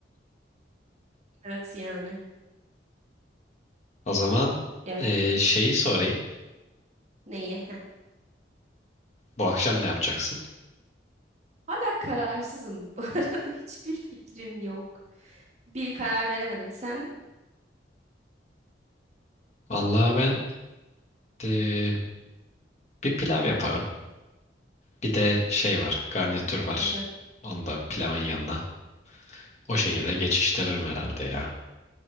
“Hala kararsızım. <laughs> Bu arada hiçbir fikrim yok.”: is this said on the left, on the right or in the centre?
Right